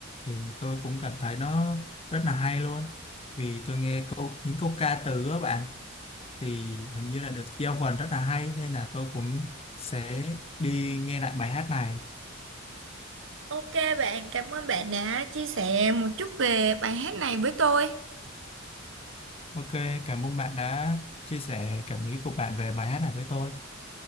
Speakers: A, on the left; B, on the right.
A: thì tôi cũng cảm thấy nó rất là hay luôn vì tôi nghe câu những câu ca từ á bạn thì hình như là được giao vần rất là hay nên là tôi cũng sẽ đi nghe lại bài hát này
B: ok bạn cảm ơn bạn đã chia sẻ một chút về bài hát này với tôi
A: ok cảm ơn bạn đã chia sẻ cảm nghĩ của bạn về bài hát này với tôi